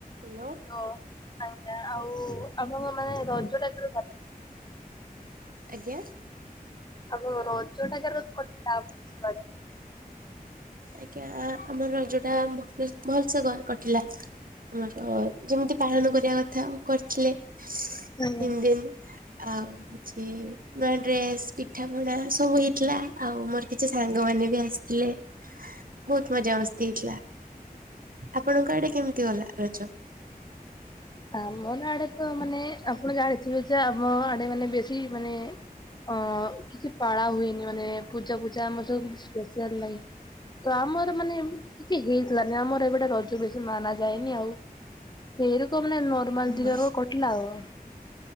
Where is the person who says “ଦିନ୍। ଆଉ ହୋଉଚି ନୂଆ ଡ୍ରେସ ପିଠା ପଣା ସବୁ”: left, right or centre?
Right